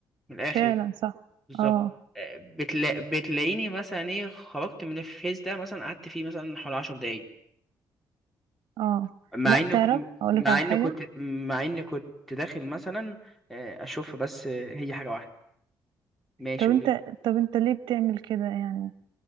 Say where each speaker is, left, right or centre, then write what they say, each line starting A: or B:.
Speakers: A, in the centre; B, on the right.
A: من الاخر
B: فعلا صح
A: بالظبط
B: اه
A: آه، بتلا... بتلاقيني مثلا ايه خرجت من الفيس ده مثلا قعدت فيه مثلا حوالي عشر دقايق
B: اه
A: مع
B: لا
A: انه
B: تعرف هقولك
A: مع
B: على
A: اني
B: حاجة
A: كنت مع اني كنت داخل مثلا آه، اشوف بس آه، هي حاجه واحده ماشي
B: طب انت
A: قولي
B: طب انت ليه بتعمل كده يعني